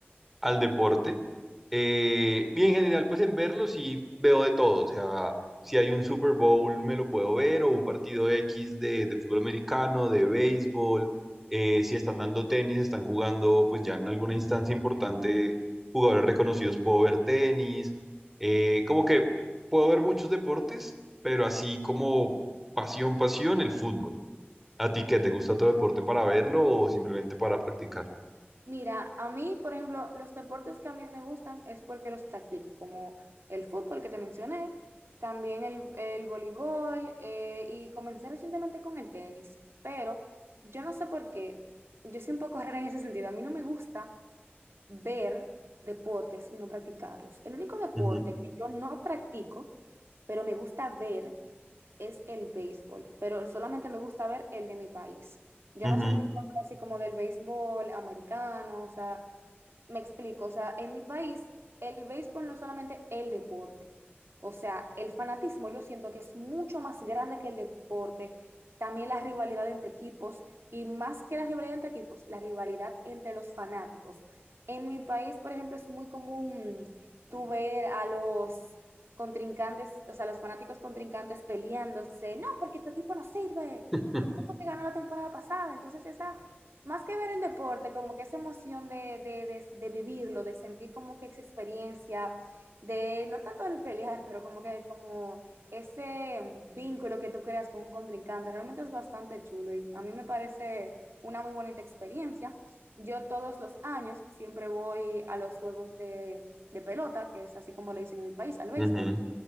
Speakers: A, in the centre; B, on the right.
A: al deporte. Eh, y en general, pues en verlo sí veo de todo. O sea, si hay un Super Bowl me lo puedo ver, o un partido X de, de fútbol americano, de béisbol. Eh, si están dando tenis, están jugando, pues ya en alguna instancia importante, jugadores reconocidos, puedo ver tenis. Eh, como que puedo ver muchos deportes, pero así como pasión, pasión, el fútbol. ¿A ti qué te gusta otro deporte para verlo o simplemente para practicarlo?
B: Mira, a mí, por ejemplo, los deportes que a mí me gustan es porque los practico, como el fútbol que te mencioné, también el, el voleibol eh, y comencé recientemente con el tenis, pero yo no sé por qué, yo soy un poco <laughs> rara en ese sentido, a mí no me gusta ver deportes y no practicarlos. El único deporte
A: Ujú,
B: que yo no practico, pero me gusta ver, es el béisbol, pero solamente me gusta ver el de mi país. Yo
A: ujú,
B: no soy muy fan así como del béisbol americano, o sea... Me explico, o sea, en mi país el béisbol no es solamente el deporte, o sea, el fanatismo yo siento que es mucho más grande que el deporte, también la rivalidad entre equipos y más que la rivalidad entre equipos, la rivalidad entre los fanáticos. En mi país, por ejemplo, es muy común tú ver a los contrincantes, o sea, los fanáticos contrincantes peleándose, no, porque tu equipo no sirve,
A: <laughs>
B: que quién fue que ganó la temporada pasada, entonces esa más que ver el deporte, como que esa emoción de, de, de- de vivirlo, de sentir como que esa experiencia, de no tanto el pelear, pero como que como ese vínculo que tú creas con un contrincante, realmente es bastante chulo y a mí me parece una muy bonita experiencia. Yo todos los años siempre voy a los juegos de, de pelota, que es así como le dicen en mi país, al béisbol
A: ujú.